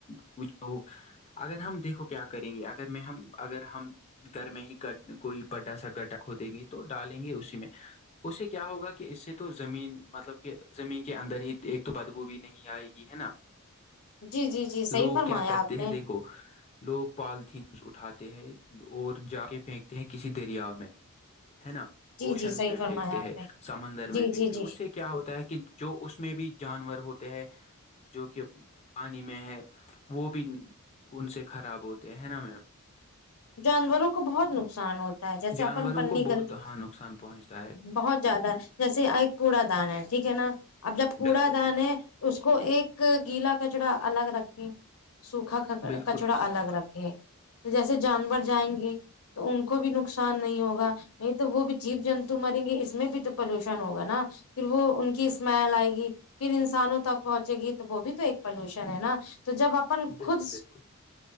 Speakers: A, on the left (about 30°); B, on the left (about 70°).
A: ھ اگر ہم دیکھو کیا کریں گے اگر میں ہم اگر ہم گھر میں ہی گ کوئی بٹا سا گٹا ہو دیں گے تو ڈالیں گے اسی میں اس سے کیا ہوگا کہ اس سے تو زمین مطلب کہ زمین کے اندر ہی ایک تو بدبو بھی نہیں آئے یہ ہے نا
B: جی جی جی صحیح
A: لوگ
B: فرمایا
A: کیا کرتے
B: آپ
A: ہیں
B: نے
A: دیکھو لوگ پالتھینس اٹھاتے ہیں اور جا کے پھینکتے ہیں کسی دریا میں ہے نا
B: جی
A: اوشنس
B: جی صحیح
A: میں
B: فرمایا
A: پھینکتے
B: آپ
A: ہیں
B: نے
A: سمندر میں
B: جی
A: پھینکتے
B: جی
A: ہیں
B: جی
A: اس سے کیا کیا ہوتا ہے کہ جو اس میں بھی جانور ہوتے ہیں جو کہ پانی میں ہے وہ بھی ان سے خراب ہوتے ہیں ہے نا میم
B: جانوروں کو بہت نقصان ہوتا ہے جیسے
A: جانوروں
B: اپن پنی
A: کو
B: گندی
A: بہت ہاں نقصان پہنچتا ہے
B: بہت زیادہ جیسے ایک کوڑا دان ہے ٹھیک ہے نا اب جب کوڑا
A: بالکل
B: دان ہے تو اس کو ایک گیلا کچڑا الگ رکھیں سوکھا
A: بالکل
B: کچڑا
A: صحیح
B: الگ
A: بات
B: رکھے جیسے جانور جائیں گے تو ان کو بھی نقصان نہیں ہوگا نہیں تو وہ بھی جیب جنتو مریں گے اس میں بھی تو پولوشن ہوگا نا پھر وہ ان کی اسمائل آئے گی پھر انسانوں تک پہنچے گی تو وہ بھی تو ایک پولوشن ہے نا تو جب آپ اپ
A: بالکل
B: خود
A: بالکل